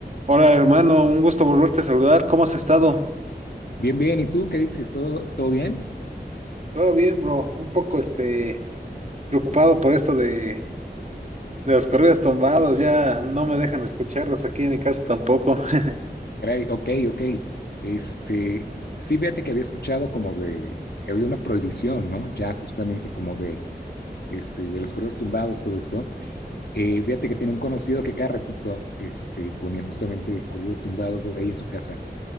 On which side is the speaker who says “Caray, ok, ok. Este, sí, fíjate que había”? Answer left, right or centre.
Left